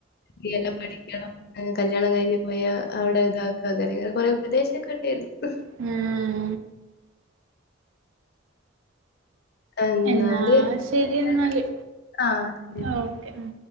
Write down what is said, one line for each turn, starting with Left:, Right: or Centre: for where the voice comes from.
Left: ഇയ്യെല്ലാം പഠിക്കണം കല്യാണം കയ്ഞ്ഞ് പോയാ അവ്ടെ താക്ക അങ്ങെനെങ്ങെനെ കൊറേ ഉപദേശെക്കെ ണ്ടേയ്ര്ന്നു
Right: ഊം
Left: എന്നാല്
Right: എന്നാ ശെരി
Left: ശരിയെന്നാ
Right: എന്നാല്
Left: ആഹ് ശരി
Right: ആഹ് ഓക്കെ ഉം